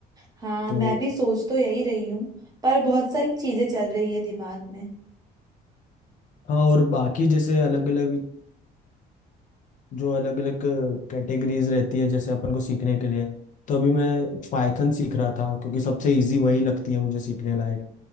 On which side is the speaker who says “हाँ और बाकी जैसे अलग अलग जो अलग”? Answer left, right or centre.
Left